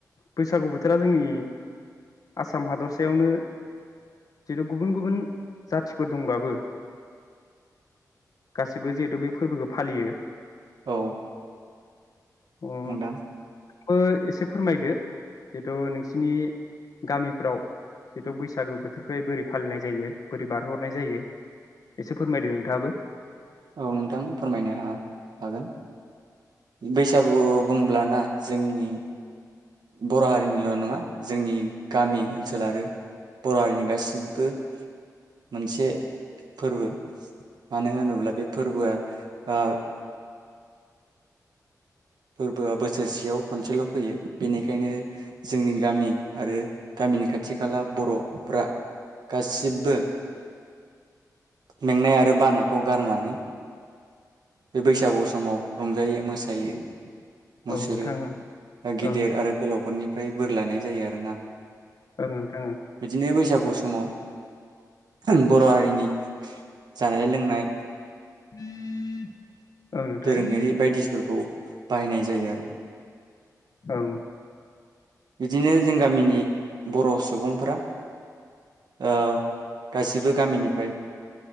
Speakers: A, on the left; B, on the right.
A: बैसागु बोथोरा जोंनि आसाम हादरसायावनो जिहेतु गुबुन गुबुन जाथिफोर दंबाबो गासिबो जिहेतु बे फोरबोखौ फालियो।
B: औ।
A: अ
B: नोंथां
A: बो एसे फोरमायदो । जिहेथु नोंसिनि गामिफ्राव जिहतु बैसागु बोथोरखौहाय बोरै फालिनाय जायो बोरै बारहोहरनाय जायो एसे फोरमायदो नोंथाङाबो।
B: औ नोंथां फोरमायनो हा-हागोन बैसागु बुंब्लाना जोंनि बर' हारिनिल' नङा जोंनि गामि ओनसोल आरो बर' हारिनि गासिबो मोनसे फोरबो। मानो होनोब्ला बे फोरबोआ ओ फोरबोआ बोसोरसेयाव खनसेल' फैयो बेनिखायनो जोंनि गामि आरो गामिनि खाथि खाला बर'फ्रा गासिबो मेंनाय आरो बानायखौ गारनानै बे बैसागु समाव रंजायो मोसायो मुसोरो
A: औ नोंथां औ नोंथां
B: गिदिर
A: ओं ओं
B: आरो गोलावफोरनि निफ्राय बोर लानाय जायो आरो ना।
A: ओं नोंथां ओं
B: बिदिनो बैसागु समाव जों बर' हारि नि जानाय लोंनाय
A: <inaudible>
B: दोरोङारि
A: ओं
B: बायदिसफोरखौ बायनाय जायो आरो।
A: औ।
B: बिदिनो जों गामिनि बर' सुबुंफ्रा ओ गासिबो गामिनिफ्राय